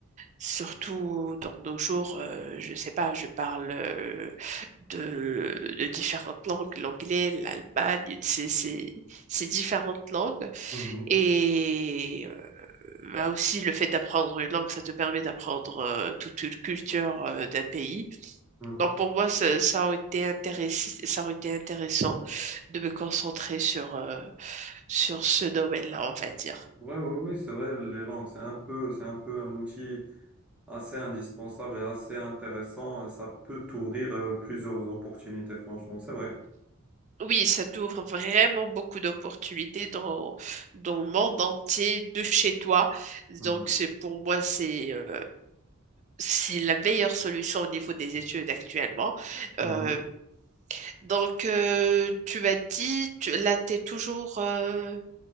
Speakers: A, on the right (about 35°); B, in the centre.
A: surtout dans nos jours. euh, je ne sais pas, je parle euh, de, de différentes langues, l'anglais, l'Allemagne, c'est c'est- c'est différentes langues.
B: Mhm.
A: Et euh, bah aussi, le fait d'apprendre une langue, ça te permet d'apprendre euh, toute une culture euh, d'un pays.
B: Mhm.
A: Donc pour moi, ça, ça aurait été intéressant, ça aurait été intéressant de me concentrer sur, euh, sur ce domaine-là, on va dire.
B: Ouais, ouais, oui, c'est vrai, les langues, c'est un peu, c'est un peu un outil assez indispensable et assez intéressant. euh, Ça peut t'ouvrir euh, plusieurs opportunités, franchement, c'est vrai.
A: Oui, ça t'ouvre vraiment beaucoup d'opportunités dans, dans le monde entier, de chez toi.
B: Mhm,
A: Donc c'est pour moi, c'est euh, c'est la meilleure solution au niveau des études actuellement.
B: mhm.
A: Euh, Donc, euh, tu m'as dit, tu, là, t'es toujours, euh,